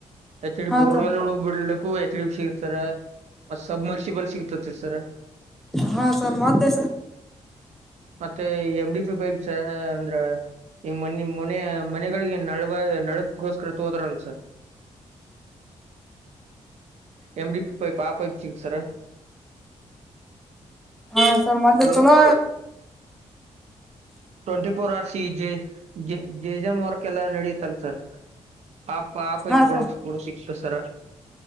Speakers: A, on the right; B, in the centre.
A: ಎಚ್ಡಿ
B: ಹಾ
A: ಬೋರ್ವೆಲ್
B: ಸರ್
A: ಹ ಬಿಡ್ಲಕ್ಕು ಎಚ್ಡಿ ಸಿಗತರ ಮತ್ ಸಬ್ ಮರ್ಸಿಬಲ್ ಸಿಗತತ್ರಿ ಸರ್.
B: ಹಾ ಸರ್ ಮತ್ತೆ ಸರ್
A: ಮತ್ತೆ ಎಮ್ ಡಿ ಪಿ ಪೈಪ್ಸ್ ಅಂದ್ರ ನಿಮ್ಮ್ ಮನಿ ಮನೆ ಮನೆಗಳಿಗೆ ನಡಗ ನಡಗೋಸ್ಕರ ತೋದ್ರಲ್ಲ ಸರ್-
B: <inaudible>
A: ಎಮ ಡಿ ಪೀ ಆ ಪೈಪ್ ಸಿಗತ್ತ ಸರ
B: ಹಾ ಸರ್ ಮತ್ತ
A: ಹಲೋ
B: ಚಲೋ
A: twenty four hours C J E J J work ಎಲ್ಲಾ ನಡಿಯುತಂತ ಸರ್ ಆ ಆ ಪೈಪ್ಗಳು
B: ಹಾ ಸರ್
A: ಕೂಡ ಸಿಗ್ತ ಸರ